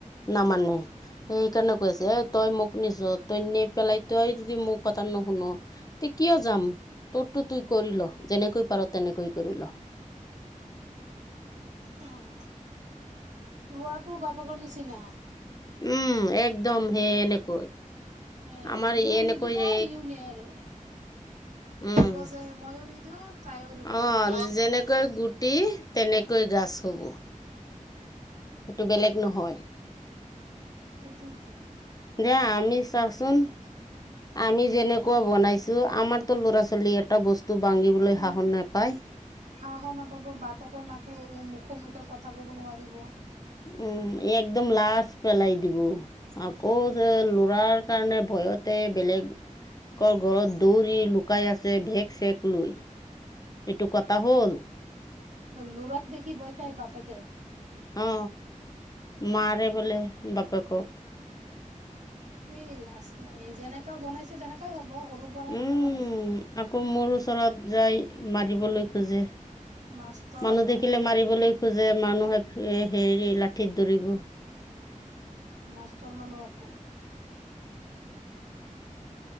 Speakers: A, on the left; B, on the right.
A: নামানে সেইকাৰণে কৈ আছে এ তই মোক নিছ তই নি পেলাই তই যদি মোৰ কথা নোশুন তে কিয় যাম তোৰতো তুই কৰিল যেনেকৈ পাৰ তেনেকৈ কৰিল।
B: অঁ ল'ৰাটো বাপেকৰ নিচিনা
A: উম একদম সে এনেকৈ।
B: এই
A: আমাৰ
B: সিও
A: এনেকৈ
B: নিদিব সিও নেৰে
A: <inaudible> উম
B: ক'ব যে ময়ো নিদিওঁ তাইও দিব
A: অ
B: নোৱাৰিব
A: যেনেকৈ গুটি তেনেকৈ গাছ ছ হ'ব সেইটো বেলেগ নহয়।
B: সেইটোয়েটো।
A: দিয়া আমি চাৱাচোন আমি যেনেকুৱা বনাইছো আমাৰতো ল'ৰা-ছোৱালী এটা বস্তু ভাঙিবলৈ
B: উম
A: সাহস নাপায়
B: সাহস নাপাব, বাপেকৰ-মাকৰ মুখত সন্মুখত কথা ক'ব নোৱাৰিব।
A: উম একদম লাজ পেলাই দিব আকৌ যে লৰাৰ কাৰণে ভয়তে বেলেগ ঘৰত দৌৰি লুকাই আছে বেক-চেক লৈ এইটো কথা হ'ল,
B: লৰাক দেখি ভয় খাই বাপেকে?
A: অ মাৰে বলে বাপেকক।
B: এই লাজ নাই যেনেকাও বনাইছে তেনেকুৱাই হ'ব। সৰুৰ পৰা এনেকৈ
A: উম
B: বনাইছে
A: আকৌ মোৰ ওচৰত যাই মাৰিবলৈ খোজে
B: মাষ্টৰ
A: মানুহ
B: আকৌ
A: দেখিলে মাৰিবলৈ খোজে, মানুহে হেৰি লাঠিত ধৰিব।
B: মাষ্টৰ মানু্হকো।